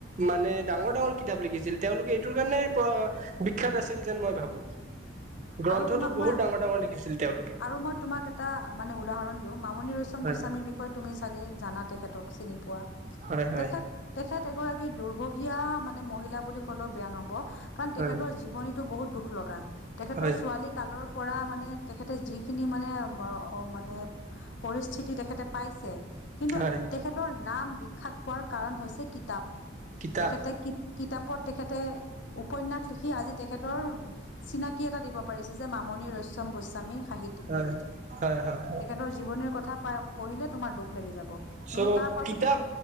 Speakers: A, on the right (about 40°); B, on the left (about 70°).
A: মানে ডাঙৰ ডাঙৰ কিতাপ লিখিছিল তেওঁলোকে এইটোৰ কাৰণে বিখ্যাত আছিল যেন মই ভাবো। গ্ৰন্থটো
B: আৰু তোমাক
A: বহুত
B: মই
A: ডাঙৰ ডাঙৰ লিখিছিল। তেওঁলোকে
B: আৰু মই তোমাক এটা মানে উদাহৰণ দিওঁ মামনি ৰয়
A: হয়
B: গোস্বামীৰ বিষয়ে তুমি চাগে জানা তেখেতক চিনি পোৱা
A: হয় হয়
B: তেখেত তেখেত তেখেত এগৰাকী দুৰ্ভগীয়া মানে মহিলা বুলি ক'লেও বেয়া নহব কাৰণ
A: হয়
B: তেখেতৰ জীৱনীতটো বহুত দুখ লগা তেখেতৰ
A: হয়
B: ছোৱালী কালৰ পৰা মানে তেখেতে যিখিনি মানে মানে পৰিস্থিতি তেখেতে পাইছে। কিন্তু
A: হয়
B: তেখেতৰ নাম বিখ্যাত হোৱাৰ কাৰণ হৈছে কিতাপ।
A: কিতাপ
B: তেখেতে কিতাপত তেখেতে উপন্যাস লিখি আজি তেখেতৰ চিনাকি এটা দিব পাৰিছে যে মামণি ৰয়চ্যম গোস্বামী সাহিত্যিক
A: হয়
B: বুলি কে।
A: হয় হয়
B: তেখেতৰ জীৱনীৰ কথা প পঢ়িলে তোমাৰ দুখ লাগি যাব। কিন্তু
A: চ'
B: তাৰ পাছতে
A: কিতাপ